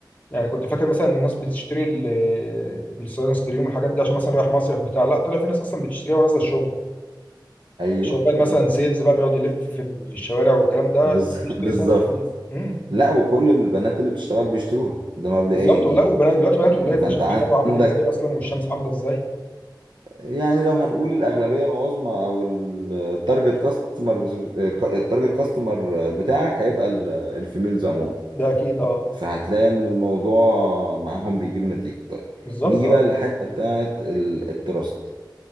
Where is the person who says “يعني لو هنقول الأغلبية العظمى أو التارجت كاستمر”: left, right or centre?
Right